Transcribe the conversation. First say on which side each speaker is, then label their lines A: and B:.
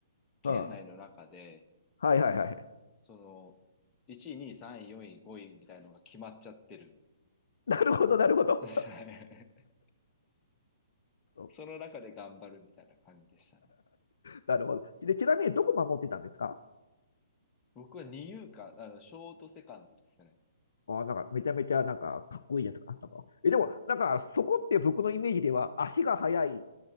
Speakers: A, on the left; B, on the left.
A: 県内の中で、
B: あ、ああはいはいはい。
A: その、1位、2位、3位、4位、5位みたいのが決まっちゃってる。
B: なるほど、なるほど。
A: <laughs> はい
B: <laughs>
A: その中で頑張るみたいな感じでしたね。
B: なるほど。で、ちなみにどこ守ってたんですか
A: 僕は二遊間、あの、ショートセカンドですね。
B: あーなんかめちゃめちゃなんかかっこいいじゃないですか。なんかえ、でも、なんかそこって僕のイメージでは足が速い